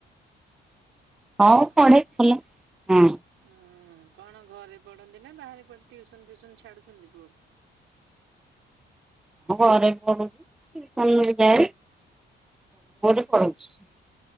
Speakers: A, in the centre; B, on the right.
A: ହଁ
B: ହାଲୋ।
A: ପଢ଼େ ଭଲ ହଁ।
B: ହଁ କଣ ଘରେ ପଢ଼ନ୍ତି ନା ବାହାରେ କୁଆଡ଼େ ଟିଉସନ୍ ଫ୍ୟଉସନ୍ ଛାଡୁଛନ୍ତି ପୁଅକୁ।
A: ହଁ ଘରେ ପଢୁଛି ଟିଉସନ୍ ଯାଏ ଗୋଟେ ଘରେ ପଢୁଛି।